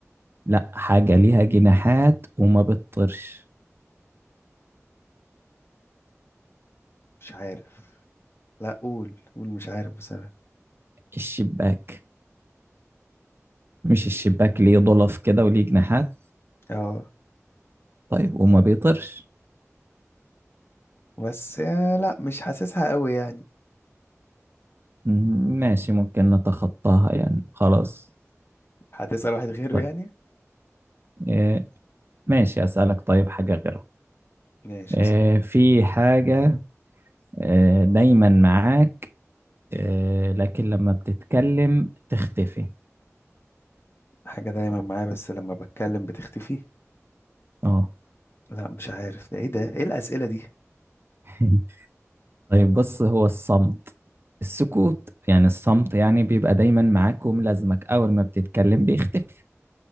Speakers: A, on the right; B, on the left.
A: لا حاجة ليها جناحات وما بتطيرش
B: مش عارف لا قول قول مش عارف بصراحة
A: الشباك مش الشباك ليه ضلف كده وليه جناحات
B: اه
A: طيب وما بيطيرش
B: بس آه، لا مش حاسسها قوي يعني
A: م- ماشي ممكن نتخطاها يعني خلاص
B: هتسأل واحد غيره
A: طيب
B: يعني
A: إيه ماشي أسألك طيب حاجة غيرها
B: ماشي
A: إيه
B: اسأل
A: في حاجة إيه دايما معاك إيه لكن لما بتتكلم تختفي
B: حاجة دايما معايا بس لما بتكلم بتختفي
A: اه
B: لا مش عارف ده ايه ده ايه الأسئلة دي
A: <laughs> طيب بص هو الصمت السكوت يعني الصمت يعني بيبقى دايما معاك وملازمك أول ما بتتكلم بيختفي